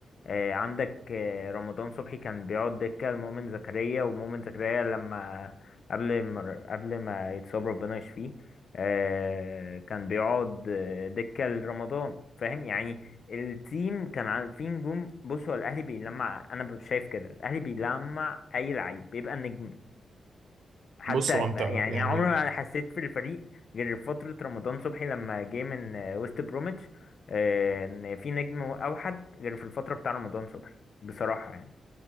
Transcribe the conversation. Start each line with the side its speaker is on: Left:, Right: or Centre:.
Left: آه، عندك آه، رمضان صبحي كان بيقعد دكه المؤمن زكريا ومؤمن زكريا لما قبل ما قبل ما يتصاب ربنا يشفيه آه، كان بيقعد آه، دكه لرمضان فاهم يعني التيم كان عن- فيه نجوم بص هو الاهلي بيلمع انا شايف كده الاهلي بيلمع اي لعيب بيبقى نجم حتى
Right: بص هو أنت
Left: يعني
Right: يعني
Left: عمري ما حسيت في الفريق غير فترة رمضان صبحي لما جه من آه، وست بروميتش آه، ان في نجم اوحد غير في الفترة بتاع رمضان صبحي بصراحة يعني